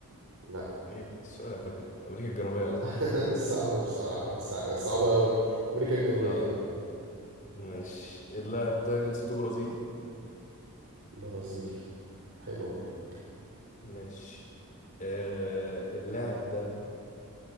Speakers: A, on the right; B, on the left.
A: لا
B: ايه السؤال الغبي ده امريكا الجنوبيه قصدي
A: <laughs>
B: يعني.
A: صعب بصراحة مستع- صعبة أوي أمريكا الجنوبية
B: اه
A: أهو.
B: ماشي اللاعب ده جنسيته برازيلي
A: برازيل حلوة جدا
B: ماشي آه اللاعب ده